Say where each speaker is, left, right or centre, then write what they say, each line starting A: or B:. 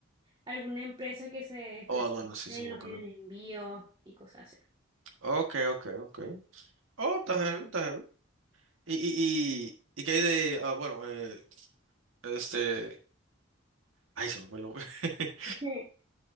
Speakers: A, on the right; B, on the right.
A: alguna empresa que se especialice
B: Oh, aduana, sí,
A: en
B: sí, me
A: los
B: acuerdo.
A: en envíos y cosas así.
B: Okay, okay, okay. Oh, está heavy, está heavy. ¿Y, y, y, y qué hay de, ah, bueno, eh, este... Ay, se me fue el nombre. <laughs>
A: <laughs>